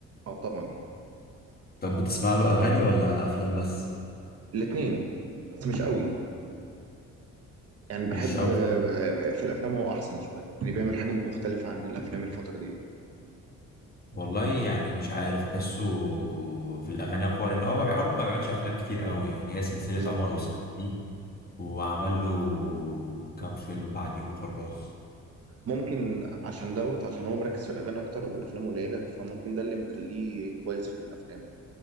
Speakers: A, on the right; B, on the left.
A: اه طبعا
B: طب بتسمع له اغاني ولا افلام بس
A: الاثنين بس مش قوي يعني
B: مش
A: بحب
B: قوي
A: آه، في الافلام هو احسن شويه يعني بيعمل حاجه مختلفه عن الافلام الفتره دي
B: والله يعني مش عارف حسه في الاغاني اقوى لان هو ما- بيع- برضه ما بيعملش افلام كتير قوي يعني هي سلسله
A: بالظبط
B: عمر وسلمى دي وعمل له كام فيلم بعديهم وخلاص
A: ممكن عشان دوت عشان هو مركز في الاغاني اكتر او الافلام قليله فممكن ده اللي مخليه كويس في الافلام